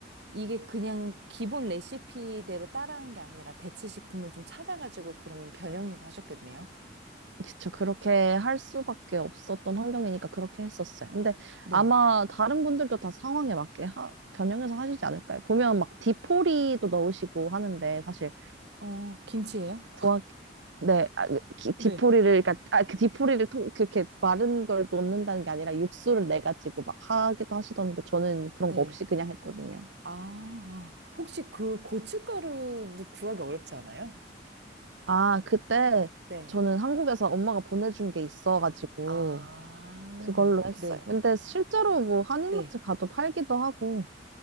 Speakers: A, on the right; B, on the right.
A: 이게 그냥 기본 레시피대로 따라한 게 아니라 대체 식품을 좀 찾아가지고 그럼 변형해서 하셨겠네요.
B: 그쵸. 그렇게 할 수밖에 없었던 환경이니까 그렇게 했었어요. 근데
A: 네.
B: 아마 다른 분들도 다 상황에 맞게 하- 변형해서 하시지 않을까요? 보면 막 디포리도 넣으시고 하는데 사실
A: 어, 김치예요?
B: 구하 기 네, 아, 그 기- 디포리를
A: 네.
B: 그러니까 아, 그 디포리를 통, 그렇게 마른 걸 넣는다는 게 아니라 육수를 내 가지고 막 하기도 하시던데 저는 그런
A: 네.
B: 거 없이 그냥 했거든요.
A: 아, 아. 혹시 그 고춧가루도 구하기 어렵지 않아요?
B: 아, 그때
A: 네.
B: 저는 한국에서 엄마가 보내준 게 있어가지고
A: 아,
B: 그걸로 했어요.
A: 네.
B: 근데 실제로 뭐 한인마트
A: 네.
B: 가도 팔기도 하고